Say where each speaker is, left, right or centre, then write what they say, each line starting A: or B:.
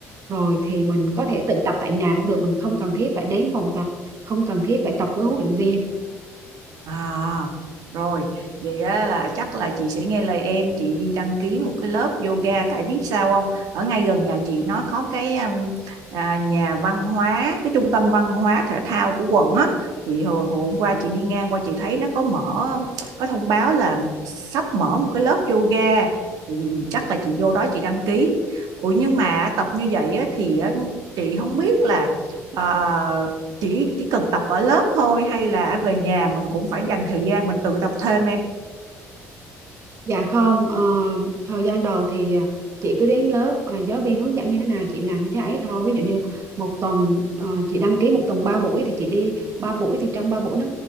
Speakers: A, on the right; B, on the right.
A: rồi thì mình có thể tự tập tại nhà cũng được mình không cần thiết phải đến phòng tập không cần thiết phải tập với huấn luyện viên
B: À, rồi, vậy á, là chắc là chị sẽ nghe lời em, chị đi đăng ký một cái lớp yoga tại biết sao không? Ở ngay gần nhà chị nó có cái um, à, nhà văn hóa, cái trung tâm văn hóa thể thao của quận á. Chị hồi, hồi hôm qua chị đi ngang qua chị thấy nó có mở có thông báo là sắp mở một cái lớp yoga. Thì gì- gì- chắc là chị vô đó chị đăng ký. Ủa nhưng mà tập như vậy á, thì á, chị không biết là ờ, chỉ chỉ cần tập ở lớp thôi hay là về nhà mình cũng phải dành thời gian mình tự tập thêm em
A: dạ không ờ, thời gian đầu thì à, chị cứ đến lớp à, giáo viên hướng dẫn như thế nào chị làm như thế ấy thôi ví dụ như một tuần ờ, chị đăng ký một tuần 3 buổi thì chị đi 3 buổi thì trong 3 buổi nó